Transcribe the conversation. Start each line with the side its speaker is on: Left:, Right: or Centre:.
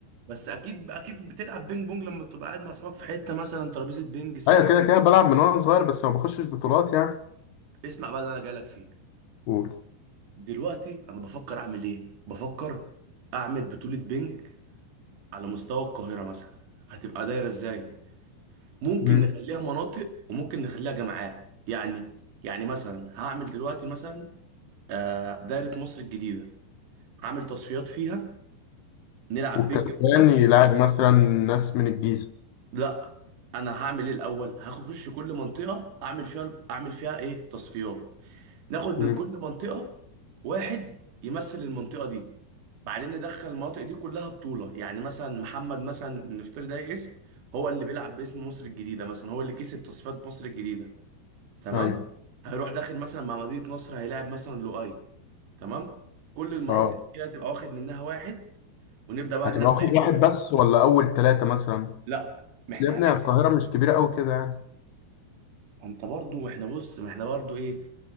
Right: بس اكيد اكيد بتلعب بينج بونج لما بتبقى قاعد مع اصحابك في حتة مثلا ترابيزة بينج ساعة
Left: ايوه كده كده بلعب من وانا صغير بس ما بخشش بطولات يعني
Right: اسمع بقى اللي انا جاي لك فيه
Left: قول
Right: دلوقتي انا بفكر اعمل ايه؟ بفكر اعمل بطولة بينج على مستوى القاهرة مثلا هتبقى دايرة ازاي ممكن
Left: مم.
Right: نخليها مناطق وممكن نخليها جامعات يعني يعني مثلا هعمل دلوقتي مثلا آه، دايرة مصر الجديدة هعمل تصفيات فيها نلعب
Left: والكسبان
Right: بينج مثلا
Left: يلعب مثلا ناس من الجيزه
Right: لا انا هعمل ايه الاول هخش كل منطقة اعمل فيها اعمل فيها ايه تصفيات ناخد
Left: مم.
Right: من كل منطقة واحد يمثل المنطقة دي بعدين ندخل المناطق دي كلها بطولة يعني مثلا محمد مثلا نفترض ده اسم هو اللي بيلعب باسم مصر الجديدة مثلا هو اللي كسب تصفيات مصر الجديدة تمام
Left: ايوه
Right: هيروح داخل مثلا مع مدينة نصر هيلاعب مثلا لؤي تمام كل المناطق
Left: اه
Right: كده تبقى واخد منها واحد ونبدأ بقى
Left: هتبقى
Right: نلعب
Left: واخد
Right: بأي
Left: واحد
Right: مناطق
Left: بس ولا اول ثلاثه مثلا
Right: لا ما احنا
Left: يا ابني
Right: هقف
Left: القاهره مش كبيره قوي كده يعني
Right: ما انت برضو ما احنا بص ما احنا برضو ايه